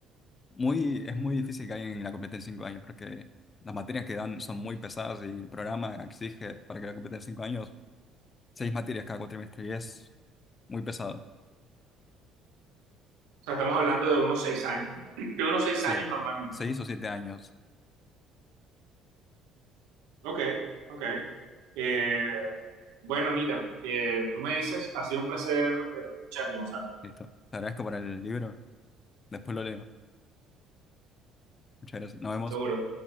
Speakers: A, on the left; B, on the right.
A: muy, es muy difícil que alguien la complete en cinco años porque las materias que dan son muy pesadas y el programa exige para que la complete en cinco años seis materias cada cuatrimestre y es muy pesado.
B: O sea, estamos hablando de unos seis años, de unos seis
A: Sí,
B: años normalmente.
A: seis o siete años.
B: Ok, ok. Eh, bueno, mira, eh, tú me dices, ha sido un placer eh, escucharte, Gonzalo,
A: Listo. Te agradezco por el libro. Después lo leo. Muchas gracias. Nos vemos.
B: seguro.